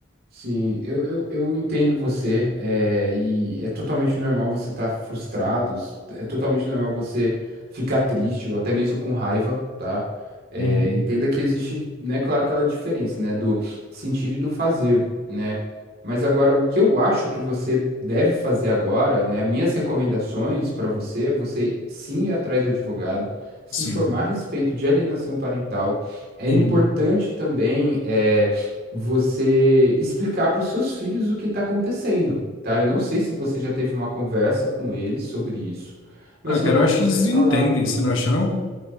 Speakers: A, on the right; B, on the left.
A: Sim, eu, eu, eu entendo você, é, e é totalmente normal você estar frustrado, é totalmente normal você ficar triste ou até mesmo com raiva, tá? É,
B: Uhum,
A: entenda que existe, né, claro, aquela diferença, né, do sentir e do fazer, né? Mas agora, o que eu acho que você deve fazer agora, né, as minhas recomendações para você é você sim ir atrás do advogado, se
B: sim.
A: informar a respeito de alienação parental. É
B: Uhum.
A: importante também, é, você explicar para os seus filhos o que está acontecendo, tá? Eu não sei se você já teve uma conversa com eles sobre isso, mas
B: Ah,
A: pelo
B: cara,
A: menos
B: eu acho
A: você
B: que eles
A: falar.
B: entendem, você não acha, não?